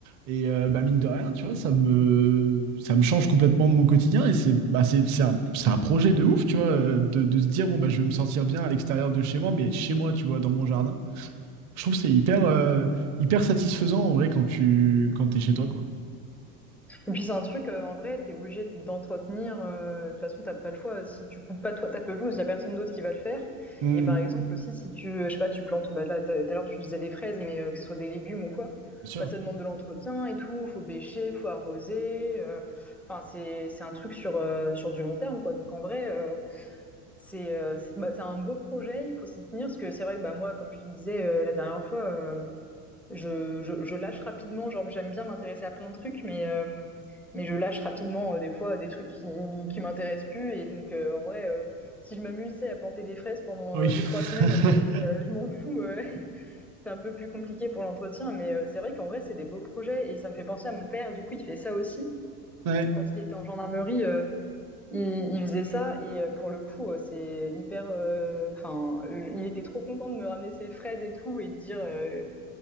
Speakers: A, on the right; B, in the centre.
A: Et euh, bah, mine de rien, tu vois, ça me, ça me change complètement de mon quotidien. Et c'est bah, c'est, c'est un, c'est un projet de ouf, tu vois, euh, de, de se dire, bon, bah, je vais me sentir bien à l'extérieur de chez moi, mais chez moi, tu vois, dans mon jardin. Je trouve que c'est hyper, euh, hyper satisfaisant, en vrai, quand tu quand t'es chez toi, quoi.
B: Et puis c'est un truc, euh, en vrai, t'es obligé d'entretenir. euh, de toute façon, t'as pas le choix. Si tu coupes pas toi ta pelouse, y a personne d'autre qui va le faire.
A: Mm,
B: Et par exemple aussi, si tu, euh, je sais pas, tu plantes, bah là, tout à l'heure tu disais des fraises, mais euh, que ce soit des légumes ou quoi,
A: bien sûr.
B: bah ça demande de l'entretien et tout. Faut bêcher, faut arroser. euh, Enfin, c'est c'est un truc sur euh, sur du long terme, quoi. Donc en vrai, euh, c'est euh, c'est bah, c'est un beau projet. Il faut s'y tenir parce que c'est vrai que bah moi, comme je te disais euh, la dernière fois. euh, je, je, je lâche rapidement, genre j'aime bien m'intéresser à plein de trucs, mais, euh, mais je lâche rapidement euh, des fois des trucs qui, qui m'intéressent plus. Et donc euh, en vrai, euh, si je m'amusais à planter des fraises pendant
A: Oui.
B: euh, deux, trois semaines
A: <laughs>
B: et qu'après euh, je m'en fous, euh, <laughs> c'est un peu plus compliqué pour l'entretien. Mais euh, c'est vrai qu'en vrai, c'est des beaux projets et ça me fait penser à mon père. Du coup, il fait ça aussi.
A: Ouais.
B: Quand il était en gendarmerie, euh, il, il faisait ça et euh, pour le coup, euh, c'est hyper. euh, Enfin, euh, il était trop content de me ramener ses fraises et tout et de dire. euh,